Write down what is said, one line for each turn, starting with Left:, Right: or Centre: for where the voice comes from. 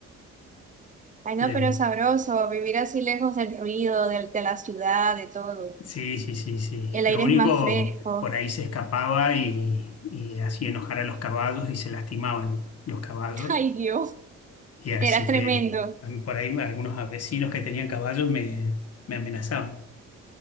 Right: Ay, no,
Left: Del-
Right: pero es sabroso vivir así lejos del ruido, del- de, la ciudad, de todo.
Left: Sí, sí, sí, sí.
Right: El
Left: Lo
Right: aire
Left: único,
Right: es más fresco.
Left: por ahí se escapaba y, y hacía enojar a los caballos y se lastimaban los caballos.
Right: <laughs> Ay, Dios,
Left: Y así
Right: era tremendo.
Left: que a mí por ahí algunos vecinos que tenían caballos me, me amenazaban.